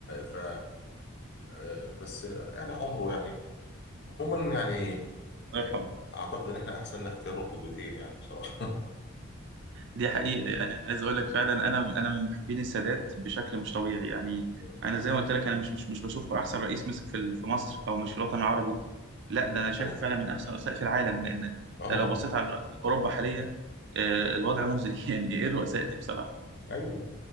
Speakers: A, on the left; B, on the right.
A: ف آه، بس يعني عمره يعني عموما يعني
B: الله
A: آه،
B: يرحمه
A: اعتقد ان احنا احسننا اختيار القدوتين يعني بصراحة
B: دي حقيقة يعني أنا عايز أقول لك فعلا أنا أنا من محبين السادات بشكل مش طبيعي يعني
A: <laughs> مم.
B: أنا زي ما قلت لك أنا مش مش مش بشوفه أحسن رئيس مسك في ال- في مصر أو مش في الوطن العربي لا ده أنا شايفه
A: اه
B: فعلا من أحسن الرؤساء في العالم لأن أنت
A: اه
B: لو بصيت
A: آه،
B: على رؤساء أوروبا حاليا آه، الوضع مزري <laughs> يعني إيه الرؤساء دي بصراحة
A: ايوه